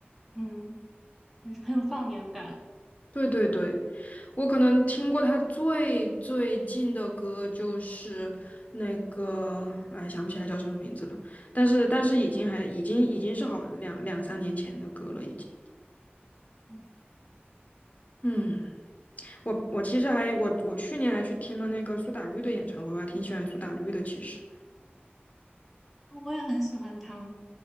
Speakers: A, in the centre; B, on the left.
A: 嗯，很很有少年感。
B: 对对对，我可能听过他最最近的歌就是那个，哎，想不起来叫什么名字了，但是但是已经还已经已经是好两两三年前的歌了，已经。
A: 嗯，
B: 嗯，我我其实还我我去年还去听了那个苏打绿的演唱会，我还挺喜欢苏打绿的，其实
A: 哦我也很喜欢他，